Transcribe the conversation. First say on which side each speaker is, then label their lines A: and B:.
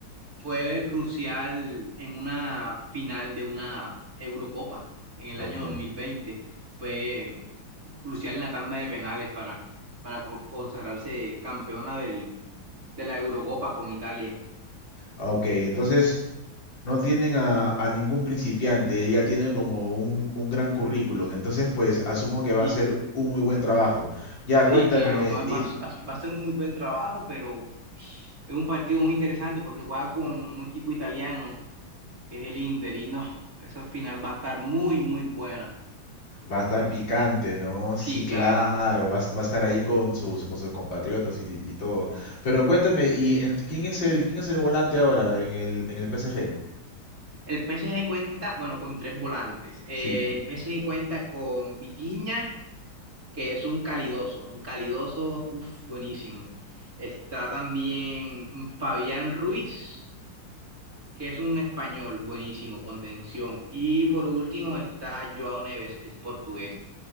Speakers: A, on the right; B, on the left.
A: fue crucial en una final de una Eurocopa en el
B: Ok.
A: año 2020. Fue crucial en la tanda de penales para, para co- consagrarse campeona del- de la Eurocopa con Italia.
B: Ok, entonces no tienen a, a ningún principiante, ella tiene como un, un gran currículum, entonces pues asumo que va
A: Sí,
B: a ser un muy buen trabajo. Ya,
A: sí,
B: cuéntame,
A: claro, va, va
B: y
A: a va a ser un muy buen trabajo, pero es un partido muy interesante porque juega con un equipo italiano, que es el Inter, y no, esa final va a estar muy, muy buena.
B: va a estar picante, ¿no?
A: Sí,
B: Sí, claro,
A: claro.
B: va, a s- va a estar ahí con sus, con sus compatriotas y, y todo. Pero cuéntame, ¿y en- quién es el, quién es el volante ahora en el, en el PSG?
A: El PSG cuenta, bueno, con tres volantes. Eh,
B: Sí.
A: el PSG cuenta con Vitinha, que es un calidoso, un calidoso, uff, buenísimo. Está también Fabián Ruiz, que es un español, buenísimo, contención. Y por último está Joao Neves, que es portugués.